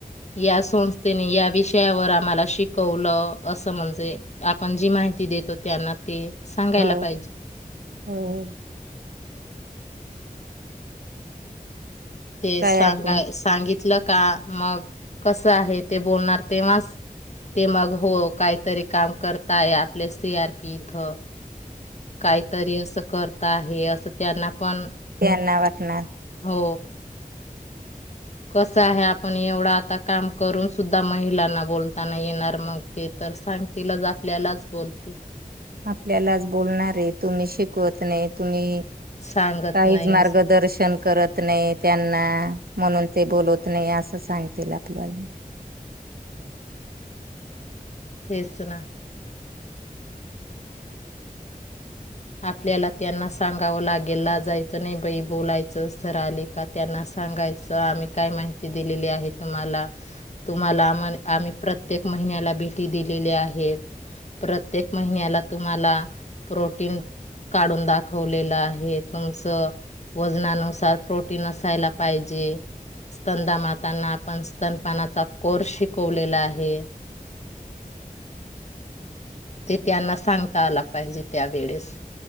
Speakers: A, on the left; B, on the right.
A: या संस्थेने या विषयावर आम्हाला शिकवलं असं म्हणजे आपण जी माहिती देतो त्यांना ते सांगायला
B: हा
A: पाहिजे
B: ह.
A: ते
B: तयातून
A: सांगा सांगितलं का मग कस आहे ते बोलणार तेव्हाच ते मग हो काहीतरी काम करताय आपल्या सी आरपी इथ काहीतरी असं करता आहे. हे असं त्यांना पण.
B: तेना वाटणार.
A: हो कसं आहे. आपण एवढं आता काम करून सुद्धा महिलांना बोलताना येणार, मग ते तर सांगतीलच आपल्यालाच बोलतील.
B: आपल्यालाच बोलणारे तुम्ही शिकवत नाही, तुम्ही
A: सांगत
B: काहीच
A: नाही अस
B: मार्गदर्शन करत नाही, त्यांना. म्हणून ते बोलवत नाही, असं सांगतील आपल्याला.
A: तेच ना आपल्याला त्यांना सांगावं लागेल ला जायचं नाही, बाई बोलायचं सर आले का त्यांना सांगायचं आम्ही काय माहिती दिलेली आहे. तुम्हाला तुम्हाला आम आम्ही प्रत्येक महिन्याला भि दिलेली आहे. प्रत्येक महिन्याला तुम्हाला प्रोटीन काढून दाखवलेलं आहे, तुमचं वजनानुसार प्रोटीन असायला पाहिजे, स्तंदा मातांना आपण स्तन पानाचा कोर्स शिकवलेला आहे. ते त्यांना सांगता आला पाहिजे. त्या वेळेस.